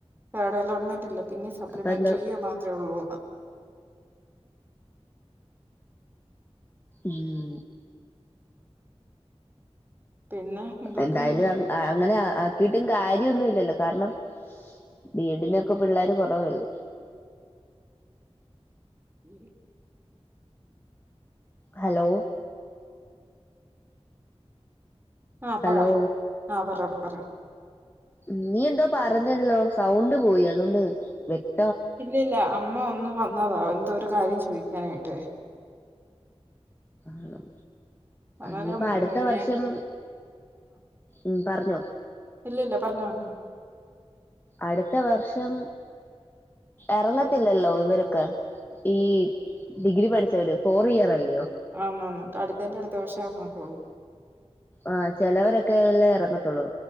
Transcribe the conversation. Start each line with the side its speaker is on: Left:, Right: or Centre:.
Right: തേഡലോട്ട്മെന്റ് ഇല്ല പിന്നിം സപ്ലിമെൻട്രിയ്യ്
Left: അപ്പൊ എന്താ
Right: മാത്രെ ഒള്ളൂന്ന്
Left: ഉം
Right: പിന്നെ എന്തൊക്കെയുണ്ട്
Left: എന്തായാലും അങ്ങ് അ അങ്ങനെ ആ ആക്കിട്ടും കാര്യൊന്നും ഇല്ലല്ലോ കാരണം ബി എഡിനൊക്കെ പിള്ളേര് കാെറവല്ലേ
Right: മിഡിൽ
Left: ഹലോ
Right: ആഹ്
Left: ഹലോ
Right: പറ ആ പറ പറ
Left: ഉം നീയെന്തോ പറഞ്ഞല്ലോ? സൗണ്ട് പോയി അതോണ്ട് വ്യക്ത
Right: ഇല്ലല്ല അമ്മ ഒന്ന് വന്നതാ എന്തോ ഒരു കാര്യം ചോയ്ക്കാനായിട്ട്
Left: ആണോ?
Right: അന്നേരം
Left: ഇനിയിപ്പ അടുത്ത
Right: ഏ,
Left: വർഷം
Right: ഞാൻ
Left: ഉം പറഞ്ഞൊ
Right: ഇല്ലില്ല പറഞൊ പറഞൊ
Left: അടുത്ത വർഷം എറങ്ങത്തില്ലല്ലോ ഇവരൊക്കെ ഈ ഡിഗ്രി പഠിച്ചവര് ഫോറിയറല്ലയോ?
Right: ആന്നാന്ന് അട്ത്തേന്റെ അട്ത്ത വർഷാ എറങ്ങത്തൊള്ളൂ
Left: ആഹ ചെലവരൊക്കെയല്ലേ എറങ്ങത്തൊള്ളൂ